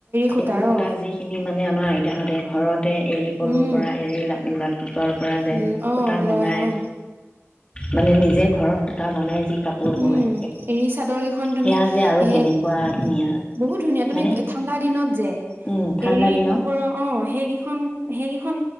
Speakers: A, on the right; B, on the left.
A: সূতাৰ
B: এৰী সুতা
A: অ
B: যিখিনি মানে আমাৰ আ তোহাঁতে ঘৰত ততে এৰী পলুৰ
A: উম
B: পৰা এৰী লৰ পৰা যে
A: উম অ
B: পতা
A: লয়
B: বনাই
A: অ
B: মানে নিজে ঘৰত সূতা বনাই যি কাপোৰ
A: উম
B: বয়
A: এৰী চাদৰ কেইখন তুমি
B: সেয়া যে আৰু
A: স
B: কেনেকুৱা ধুনীয়া
A: বহুত ধুনীয়া
B: হয়নে
A: তুমি ঠাণ্ডা দিনত যে
B: উম ঠাণ্ডা
A: এৰী
B: দিনত
A: কাপোৰৰ অ সেইকেইখন সেইকেইখন